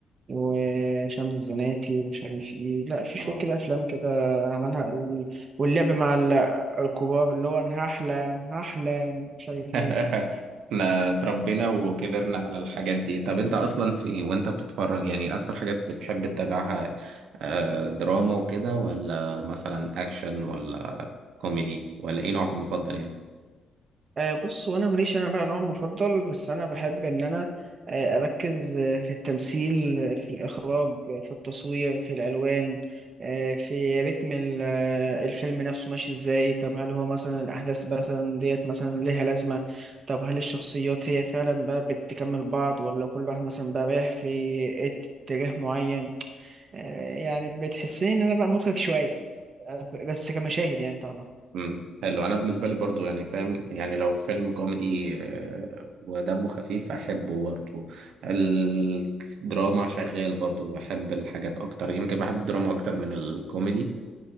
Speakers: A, on the right; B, on the right.
A: وشمس الزناتي ومش عارف ايه لا في شوية
B: اه
A: كده افلام كده عملها وال- واللعب مع ال- الكبار اللي هو انا هحلم هحلم مش عارف
B: <laughs>
A: ايه.
B: احنا اتربينا وكبرنا على الحاجات دي طب انت اصلا في وانت بتتفرج يعني اكتر حاجات بتحب تتابعها آه، دراما وكده ولا مثلا اكشن ولا كوميدي ولا ايه نوعك المفضل يعني
A: آه، بص وانا ماليش انا بقى نوع مفضل بس انا بحب ان انا آه، اركز آه، في التمثيل آه، في الاخراج آه، في التصوير في الالوان آه، في رتم ال- آه، الفيلم نفسه ماشي ازاي طب هل هو مثلا الاحداث مثلا ديت مثلا ليها لازمه طب هل الشخصيات هي فعلا بقى بتكمل بعض ولا كل واحد مثلا بقى رايح في اتجاه معين آه، يعني بتحسني ان انا بقى مخرج شويه آه، بس كمشاهد يعني طبعا
B: امم حلو انا بالنسبه لي برضو يعني فاهم يعني لو فيلم كوميدي آه، ودمه خفيف احبه برضو الدراما شغال برضو بحب الحاجات اكتر يمكن بحب الدراما اكتر من الكوميدي